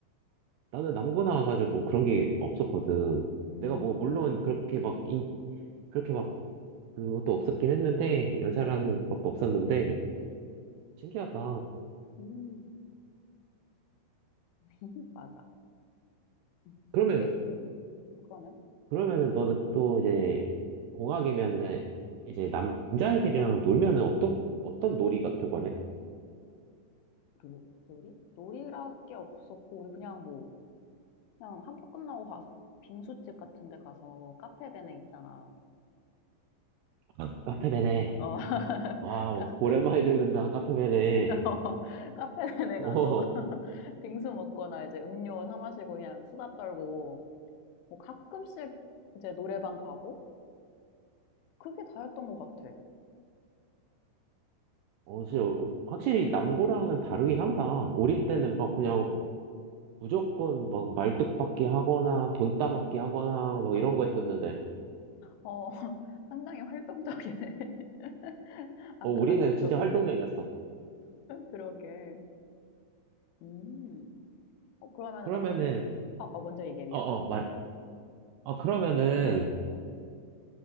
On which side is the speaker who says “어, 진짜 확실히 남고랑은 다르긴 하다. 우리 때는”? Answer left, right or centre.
Right